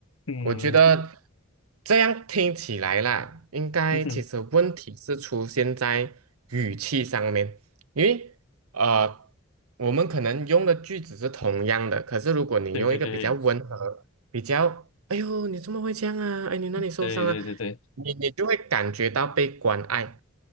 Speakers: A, on the left; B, on the right.
A: 嗯
B: 我觉得这样听起来啦，应该其实问题是出现在语气上面，
A: 嗯哼，
B: 因为呃，我们可能用的句子是同样的，可是如果你用一个比较温和、
A: 对对对
B: 比较“哎呦，你怎么会这样啊？哎，你哪里受伤啊？”哎你你就会感觉到被关爱，
A: 对对对对对